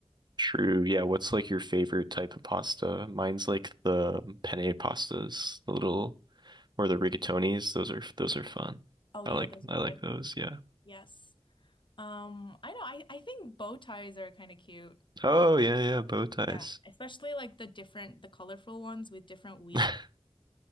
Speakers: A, on the right; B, on the left.
A: True. Yeah, what's like your favorite type of pasta? Mine's like the penne pastas, the little or the rigatonis. Those are those are fun.
B: Oh
A: I
B: yeah,
A: like
B: those are
A: I
B: good.
A: like those, yeah.
B: Yes. Um, I know, I, I think bow ties are kind of cute.
A: Oh yeah, yeah, bow ties.
B: Yeah, especially like the different, the colorful ones with different wheat.
A: <laughs>